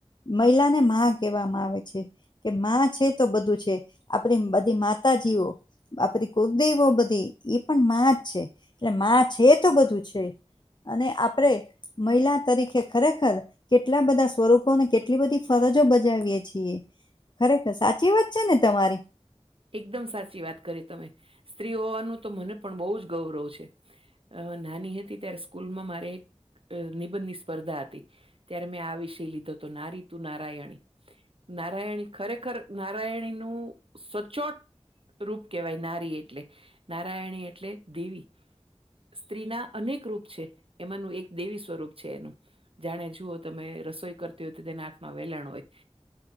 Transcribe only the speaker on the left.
મહિલા ને માં કહેવામાં આવે છે કે માં છે તો બધું છે. આપણી બધી મા માતાજીઓ આપરી કુલદેવો બધી એ પણ માં જ છે. એટલે માં છે તો બધું છે. અને આપણેે મહિલા તરીકે ખરેખર, કેટલા બધા સ્વરૂપો ને કેટલી બધી ફરજો બજાવીએ છીએ. ખરેખર, સાચી વાત છે ને તમારી?